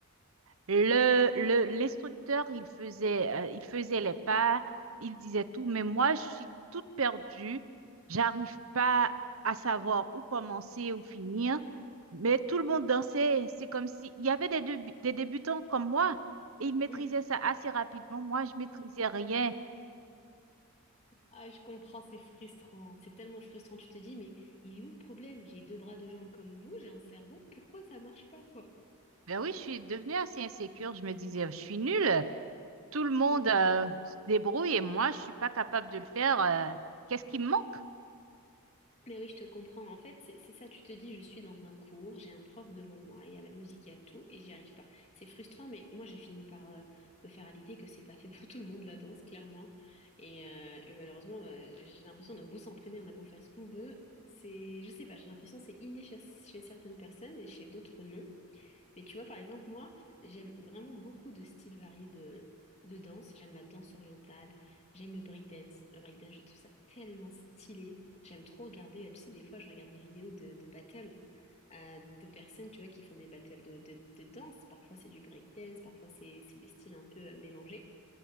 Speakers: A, on the right; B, on the left.
A: Le, le, l'instructeur, il faisait, euh, il faisait les pas, il disait tout, mais moi, je suis toute perdue, j'arrive pas à savoir où commencer, où finir, mais tout le monde dansait, c'est comme si, il y avait des, débu- des débutants comme moi, et ils maîtrisaient
B: Mhm.
A: ça assez rapidement, moi, je maîtrisais rien.
B: Ah, je comprends, c'est frustrant, c'est tellement frustrant, tu te dis, mais il est où le problème? J'ai deux bras, deux jambes comme vous, j'ai un cerveau, pourquoi ça marche pas, quoi?
A: Ben oui, je suis devenue assez insécure, je me disais, je suis nulle, tout le monde,
B: Mmh.
A: euh, se débrouille, et moi, je suis pas capable de le faire, euh, qu'est-ce qui me manque?
B: Mais oui, je te comprends. En fait, c'est c'est ça, tu te dis, je suis dans un cours, j'ai un prof devant moi, il y a la musique, il y a tout, et j'y arrive pas. C'est frustrant, mais moi, j'ai fini par euh, me faire à l'idée que c'est pas fait pour tout le monde, la danse, clairement. Et, euh, et malheureusement, euh, j'ai l'impression, on a beau s'entraîner, on a beau faire ce qu'on veut, c'est, je sais pas, j'ai l'impression que c'est inné chez, chez certaines personnes et chez d'autres, non. Mais tu vois, par exemple, moi, j'aime vraiment beaucoup de styles variés de, de danse. J'aime la danse orientale, j'aime le breakdance. Le breakdance, je trouve ça tellement stylé. J'aime trop regarder, euh, tu sais, des fois, je regarde des vidéos de, de battles euh, de personnes, tu vois, qui font des battles de, de, de danse. Parfois, c'est du breakdance, parfois, c'est c'est des styles un peu euh, mélangés.